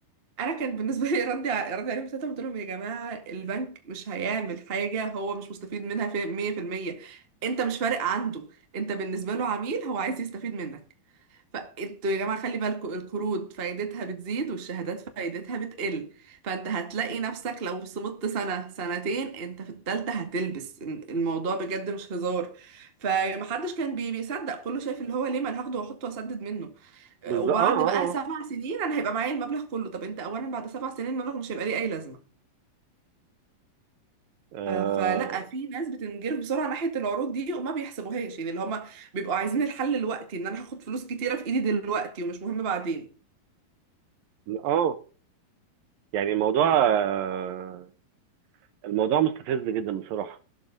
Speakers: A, on the right; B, on the right.
A: انا كان بالنسبه <laughs> لي ردي ع- ردي عليهم ساعتها قلت لهم يا جماعه البنك مش هيعمل حاجه هو مش مستفيد منها في 100% انت مش فارق عنده انت بالنسبه له عميل هو عايز يستفيد منك فانتوا يا جماعة خلي بالكم القروض فايدتها بتزيد والشهادات فايدتها بتقل فانت هتلاقي نفسك لو صمدت سنة سنتين انت في التالتة هتلبس الموضوع بجد مش هزار فمحدش كان بي بيصدق كله شايف اللي هو ليه ما أنا هاخده واحطه واسدد منه
B: بالظبط
A: وبعد
B: اه اه
A: بقى سبع سنين انا هيبقى معايا المبلغ كله طب انت اولا بعد سبع سنين المبلغ مش هيبقى ليه اي لازمة
B: اه
A: ف- فلا في ناس بتنجرف بسرعه ناحيه العروض دي وما بيحسبوهاش يعني اللي هما بيبقوا عايزين الحل دلوقتي ان انا هاخد فلوس كتيره في ايدي دلوقتي ومش مهم بعدين
B: اه آه. يعني الموضوع آه الموضوع مستفز جدا بصراحة